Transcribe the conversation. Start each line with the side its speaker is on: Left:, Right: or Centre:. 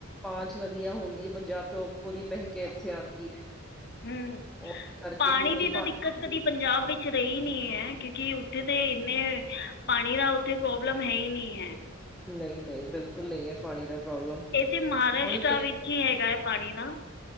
Centre: ਪਾਂਚ ਨਦੀਆਂ ਹੁੰਦੀ ਹੈ। ਪੰਜਾਬ ਚ ਪੂਰੀ ਬਹਿ ਕੇ ਇੱਥੇ ਆਦੀ ਹੈ।
Left: ਹੂੰ
Centre: ਉਹ ਕਰਕੇ
Left: ਪਾਣੀ
Centre: ਵੀ ਕੋਈ
Left: ਦੀ ਤਾਂ
Centre: ਪਾਣੀ
Left: ਦਿੱਕਤ ਕਦੀ ਪੰਜਾਬ ਵਿੱਚ ਰਹੀ ਨਈ ਹੈ। ਕਿਉਂਕਿ ਉੱਥੇ ਤੇ ਇੰਨੇ ਪਾਣੀ ਦਾ ਉੱਥੇ ਪ੍ਰੋਬਲਮ ਹੈ ਈ ਨਈ ਹੈ।
Centre: ਨਈ- ਨਈ ਬਿਲਕੁਲ ਨਈ ਹੈ। ਪਾਣੀ ਦਾ ਪ੍ਰੋਬਲਮ
Left: ਇੱਥੇ ਮਹਾਰਾਸ਼ਟਟਰ
Centre: ਹੁਣ ਕਿ
Left: ਵੀ ਨਈ ਹੈਗਾ ਪਾਣੀ ਦਾ